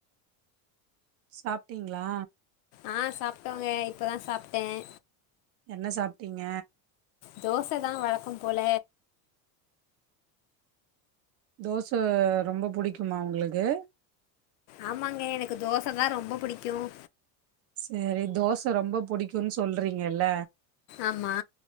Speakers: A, on the right; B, on the left.
A: சாப்பிட்டீங்களா
B: ஆஹ் சாப்பிட்டோங்க இப்பதான் சாப்பிட்டேன்
A: என்ன சாப்பிட்டீங்க
B: தோசை தான் வழக்கம் போல
A: தோசை ரொம்ப புடிக்குமா உங்களுக்கு
B: ஆமாங்க எனக்கு தோசை தான் ரொம்ப பிடிக்கும்
A: சேரி தோசை ரொம்ப புடிக்கும் சொல்றீங்கல்ல
B: ஆமா